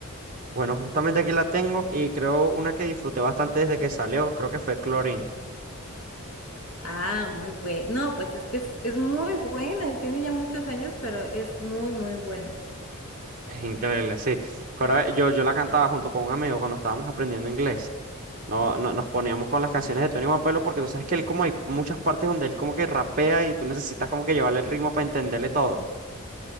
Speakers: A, on the right; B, on the left.
A: Bueno, justamente aquí la tengo y creo una que disfruté bastante desde que salió, creo que fue Chlorine.
B: Ah, muy buena. No, pues es que es, es muy buena y tiene ya muchos años, pero es muy, muy buena.
A: Es increíble, sí. Joroba- yo, yo la cantaba junto con un amigo cuando estábamos aprendiendo inglés. No, no, nos poníamos con las canciones de Tony One Pilote porque tú sabes que él como hay muchas partes donde él como que rapea y tú necesitas como que llevarle el ritmo para entenderle todo.